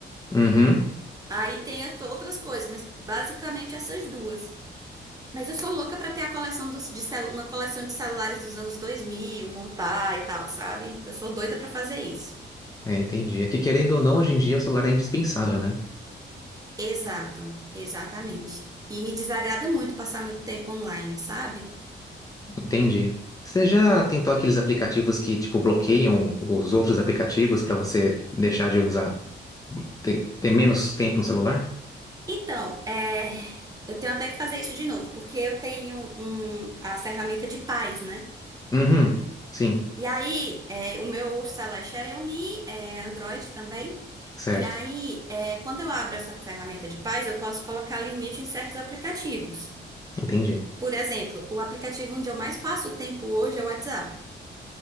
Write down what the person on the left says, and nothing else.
Uhum.
É, entendi. É que querendo ou não, hoje em dia o celular é indispensável, né?
Entendi. Você já tentou aqueles aplicativos que, tipo, bloqueiam os outros aplicativos pra você deixar de usar, ter, ter menos tempo no celular?
Uhum, sim.
Certo.
Entendi.